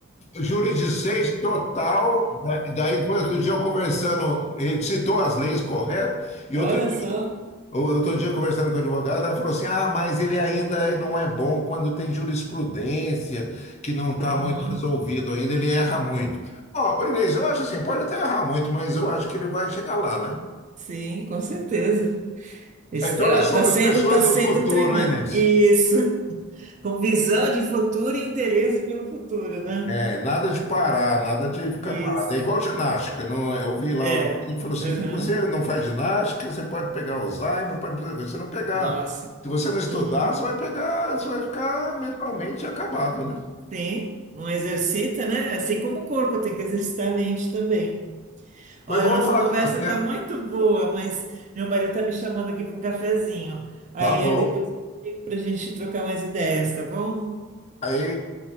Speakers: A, on the left (about 30°); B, on the right (about 35°).
A: Júri de seis total, da- daí depois outro dia eu conversando, ele citou as leis corretas, e
B: Olha
A: outro
B: só.
A: O- Outro dia, conversando com a advogada, ela falou assim: ah, mas ele ainda não é bom quando tem jurisprudência, que não está
B: Uhum.
A: muito resolvido ainda, ele erra muito. Ó, Inês, eu acho assim: pode até errar muito, mas eu acho que ele vai chegar lá, né?
B: Sim, com certeza. Está
A: Então nós somos
B: tá sendo,
A: pessoas
B: tá sendo
A: do futuro,
B: treinado.
A: hein, Inês?
B: Isso. Com visão de futuro e interesse pelo futuro, né?
A: É, nada de parar, nada de ficar
B: Isso.
A: parado. É igual ginástica. Não, é? eu vi lá,
B: É.
A: ele falou assim:
B: Uhum.
A: se você não faz ginástica, você pode pegar Alzheimer, pode pegar. Se você não pegar,
B: Nossa.
A: se você não estudar,
B: Uhum.
A: você vai pegar, você vai ficar mentalmente acabado, né?
B: Tem. Não exercita, né? Assim como o corpo tem que exercitar a mente também.
A: Foi
B: Olha,
A: bom
B: nossa
A: falar
B: conversa
A: com você.
B: tá muito boa, mas meu marido tá me chamando aqui para um cafezinho. Aí
A: Tá bom.
B: é depois para a gente trocar mais ideias, tá bom?
A: Aí